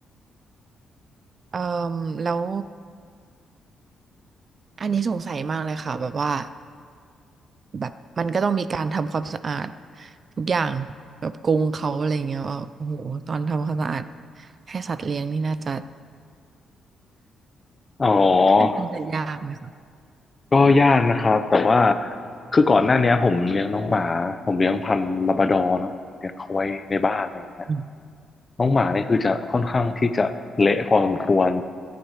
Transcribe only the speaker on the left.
อ๋อ
ก็ยากนะครับ แต่ว่าคือก่อนหน้าเนี้ยผมเลี้ยงน้องหมาผมเลี้ยงพันธุ์ลาบราดอร์เนาะเลี้ยงเขาไว้ในบ้านอะไรอย่างเงี้ย
น้องหมาเนี่ยคือจะค่อนข้างที่จะเละพอสมควร